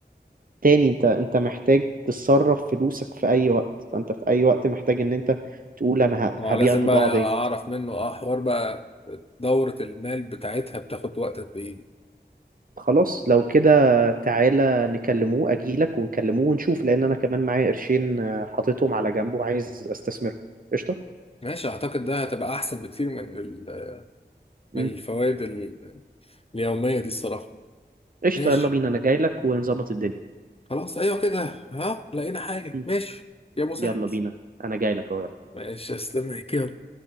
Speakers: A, on the right; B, on the left.
A: تاني انت انت محتاج تصرف فلوسك في اي وقت فانت في اي وقت محتاج ان انت تقول انا ه-
B: ما
A: هبيع
B: هو لازم
A: البضاعة
B: بقى
A: ديت
B: اعرف منه اه حوار بقى دورة المال بتاعتها بتاخد وقت قد ايه
A: خلاص لو كده تعالى نكلموه اجيلك ونكلموه ونشوف لان انا كمان معايا قرشين آه، حاططهم على جنب وعايز استثمرهم قشطة
B: ماشي اعتقد ده هتبقى احسن بكتير من ال-
A: مم.
B: من الفوائد ال- اليومية دي الصراحة
A: قشطة
B: ماشي
A: يلا بينا انا جايلك ونظبط الدنيا
B: خلاص ايوه كده ها لقينا حاجة
A: مم.
B: ماشي يا مسهل
A: يلا بينا انا جايلك اهو يلا
B: ماشي استنى كده